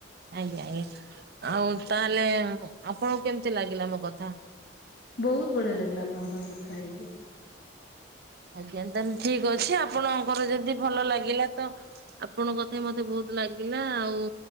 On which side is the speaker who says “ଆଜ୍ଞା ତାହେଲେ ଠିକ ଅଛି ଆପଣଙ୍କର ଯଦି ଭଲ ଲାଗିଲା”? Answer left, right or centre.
Right